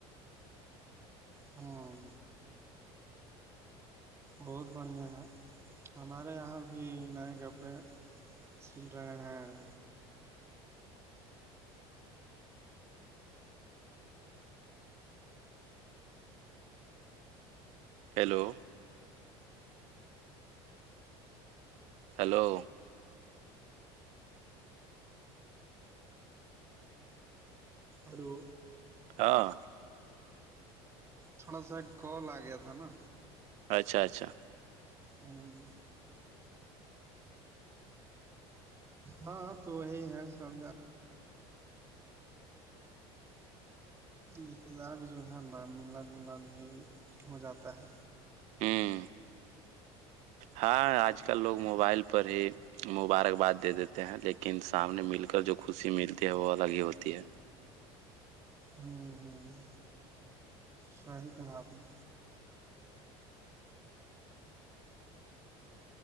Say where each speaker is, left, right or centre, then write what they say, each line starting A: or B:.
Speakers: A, on the right (about 20°); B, on the right (about 60°).
A: ہاں بہت بڑھیا ہے ہمارے یہاں بھی نئے کپڑے چل رہے ہیں
B: ہیلو ہیلو
A: ہلو
B: ہاں
A: تھوڑا سا گول آ گیا تھا نا
B: اچھا اچھا
A: ہوں <unintelligible> ہاں تو وہی ہے سب رشتے دار بھی جو ہے نا ملنا جلنا بھی ہو جاتا ہے
B: ہوں ہاں آج کل لوگ موبائل پر ہی مبارکباد دے دیتے ہیں لیکن سامنے مل کر جو خوشی ملتی ہے وہ الگ ہی ہوتی ہے
A: ہاں ہاں <inaudible> صحی کہنااب نے